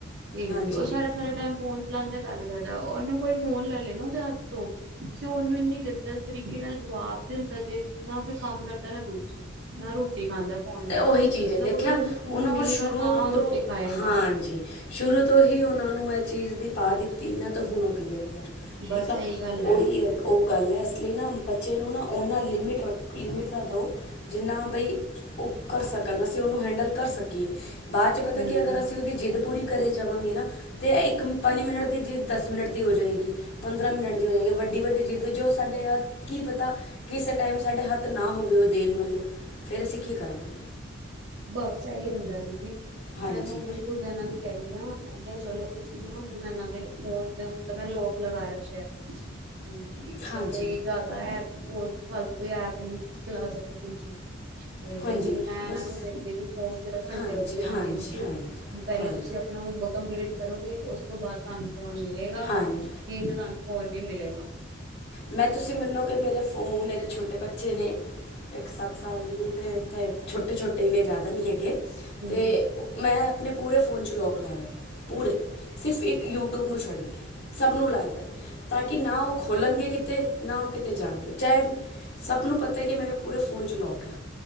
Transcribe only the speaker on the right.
ਤੇ
ਉਹ ਸਾਰਾ-ਸਾਰਾ ਟਾਈਮ ਫੋਨ ਚਲਾਉਣ ਦੀ ਗੱਲ ਕਰਦਾ ਉਹਨੂੰ ਕੋਈ ਫੋਨ ਲੈ-ਲਏ ਨਾ ਉਹਦੇ ਹੱਥ ਤੋਂ ਤੇ ਉਹਨੂੰ ਇੰਨੀ ਗੰਦਾ ਤਰੀਕੇ ਨਾਲ ਜਵਾਬ ਦੇ ਦਿੰਦਾ ਜੇ ਨਾ ਕੋਈ ਕੰਮ ਕਰਦਾ ਨਾ ਕੁਛ ਨਾ ਰੋਟੀ ਖਾਂਦਾ। ਫੋਨ
ਬਿਨਾਂ
ਮਤਲਬ
ਅਗਰ ਉਹਨੂੰ ਫੋਨ
ਮਿਲੇਗਾ
ਤਾਂ ਉਹ ਰੋਟੀ
ਖਾਏਗਾ
ਬਸ
ਇਹੀ ਗੱਲ
ਹੈ
ਹਮ
ਬਸ ਇਹੀ ਹੁੰਦਾ ਦੀਦੀ
ਮੈਂ ਤਾਂ ਹੁਣ ਖੁਦ ਇਹਨਾਂ ਨੂੰ ਕਹਿੰਦੀ ਆ ਮੈਂ ਕਿਹਾ, ਚਲੋ ਤੁਸੀਂ ਨਾ ਹੁਣ ਇਹਨਾਂ ਦੇ ਫੋਨ ਤੇ ਹੁਣ ਤਾਂ ਮੈਂ ਲੋਕ ਲਗਾ ਰੱਖਿਆ। ਹੂੰ ਮਤਲਬ
ਕੋਈ ਜਿਦਾ ਤੇ ਆ ਫਾਲਤੂ ਕੋਈ ਐਪ ਨੀ ਚਲਾ ਸਕੇ ਕੁਛ ਨ ਤੇ
ਹੁਣ ਮੈਂ ਇਹਨਾਂ
ਨੂੰ ਕਹਿੰਦੇ ਵੀ ਫੋਨ ਸਿਰਫ ਘੰਟੇ
ਵਸਤੇ ਆ
ਦੇਨ 'ਚ
ਵੀ ਪਹਿਲੇ
ਤੁਸੀਂ ਕੰਪਲੀਟ ਕਰੋਗੇ ਉਸ ਤੋਂ ਬਾਅਦ ਤੁਹਾਨੂੰ ਫ਼ੋਨ ਮਿਲੇਗਾ।
ਵੀ ਤੇ ਤੁਹਾਨੂੰ ਫੋਨ ਨੀ ਮਿਲੇਗਾ।
ਹੂੰ
ਹੂੰ